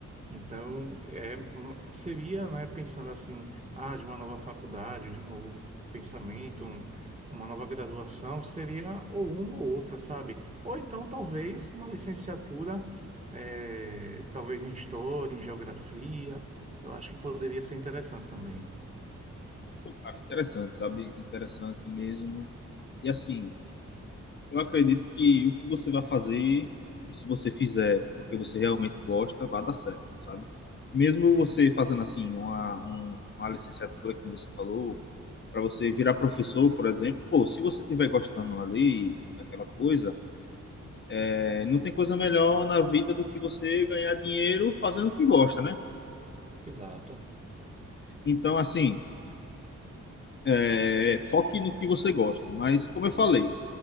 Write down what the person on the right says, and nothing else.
Então, é, hum, seria, né, pensando assim, ah, de uma nova faculdade, de um novo pensamento, um- uma nova graduação, seria ou uma ou outra, sabe? Ou então, talvez, uma licenciatura, é, talvez em história, em geografia, eu acho que poderia ser interessante também.
Exato.